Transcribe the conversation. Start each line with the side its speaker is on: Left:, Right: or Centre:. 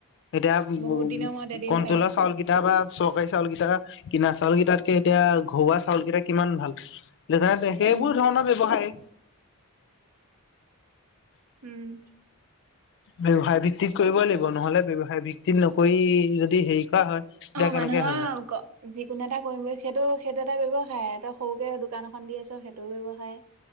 Left: এতিয়া
Right: বহুত
Left: উ
Right: দিনৰ মূৰত এদিন
Left: কণটলা
Right: পায়
Left: চাউল কেইটা বা চৰকাৰী চাউল কেইটা। কিনা চাউল কেইটাতকে এতিয়া ঘৰুৱা চাউল কেইটা কিমান ভাল। সেইবোৰ
Right: উম।
Left: ধৰণৰ ব্যৱসায়।
Right: উম।
Left: ব্যসায় ভিত্তিত কৰিবই লাগিব নহলে ব্যসায় ভিত্তিত নকৰি যদি হেৰি কৰা হয়। তেতিয়া
Right: অ
Left: কেনেকে
Right: মানুহৰ
Left: হব
Right: যিকোনো এটা কৰিম বুলি সেইটো। সেইটো এটা ব্যৱসায় তই সৰুকে দোকান এখন দি আছ সেইটোও ব্যয়ৱসায়।